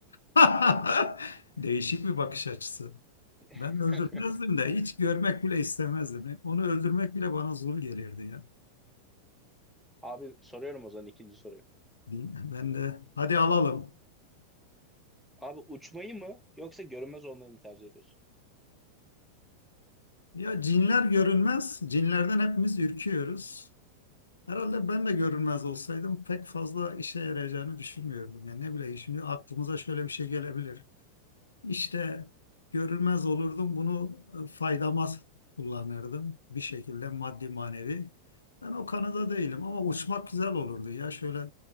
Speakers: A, on the left; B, in the centre.
A: <laughs>
B: Herhalde.
A: Değişik bir bakış açısı.
B: <laughs>
A: Ben öldürmezdim de hiç görmek bile istemezdim. E, Onu öldürmek bile bana zul gelirdi ya.
B: Abi soruyorum o zaman ikinci soruyu.
A: Din- Ben de hadi alalım.
B: Abi uçmayı mı yoksa görünmez olmayı mı tercih ediyorsun?
A: Ya cinler görünmez, cinlerden hepimiz ürküyoruz. Herhalde ben de görünmez olsaydım pek fazla işe yarayacağını düşünmüyordum. Yani ne bileyim şimdi aklımıza şöyle bir şey gelebilir. İşte görünmez olurdum bunu e, faydama kullanırdım bir şekilde maddi manevi. Ben o kanıda değilim ama uçmak güzel olurdu. Ya şöyle